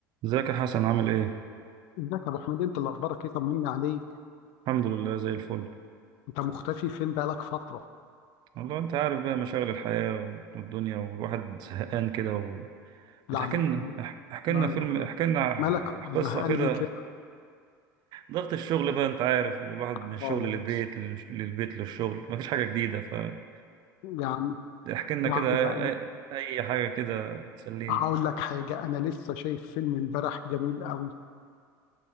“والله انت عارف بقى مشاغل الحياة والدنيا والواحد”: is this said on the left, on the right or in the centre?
Right